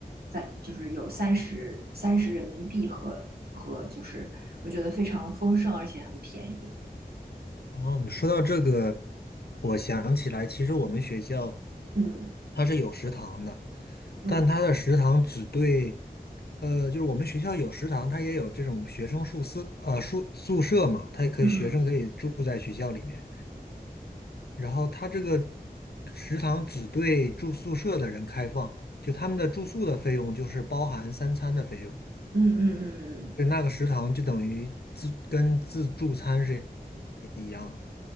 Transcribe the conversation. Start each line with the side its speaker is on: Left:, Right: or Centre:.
Right: 在就是有三十三十人民币和和就是我觉得非常丰盛而且很便宜，
Left: 哦，你说到这个，我想起来，其实我们学校
Right: 嗯
Left: 它是有食堂的，
Right: 嗯
Left: 但它的食堂只对，呃，就是我们学校有食堂，它也有这种学生宿舍，呃，宿宿舍嘛，它也可以学生可以住在学校里面。
Right: 嗯
Left: 然后它这个食堂只对住宿舍的人开放，就他们的住宿的费用就是包含三餐的费用，
Right: 嗯嗯嗯嗯，
Left: 就那个食堂就等于自跟自助餐是。一样的。